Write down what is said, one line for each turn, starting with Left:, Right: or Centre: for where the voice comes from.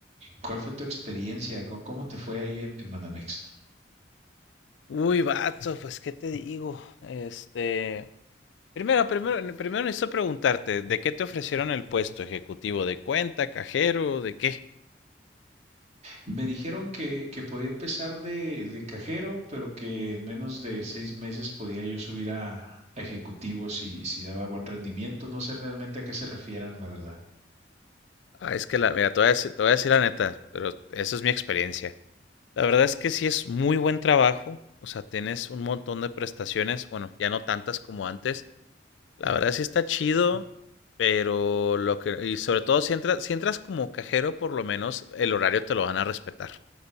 Right: cuál fue tu experiencia? ¿Cómo, cómo te fue ahí en, en Banamex?
Left: Uy, vato, pues qué te digo. Este, primero, primero, primero necesito preguntarte, ¿de qué te ofrecieron el puesto ejecutivo? ¿De cuenta, cajero, de qué?
Right: Me dijeron que, que podía empezar de, de cajero, pero que en menos de seis meses podía yo subir a, a ejecutivo si, si daba buen rendimiento. No sé realmente a qué se refieran, la verdad.
Left: Ah, es que la, mira, te voy a decir, te voy a decir la neta, pero eso es mi experiencia. La verdad es que sí es muy buen trabajo, o sea, tienes un montón de prestaciones, bueno, ya no tantas como antes, La verdad sí está chido, pero lo que, y sobre todo si entras, si entras como cajero, por lo menos el horario te lo van a respetar,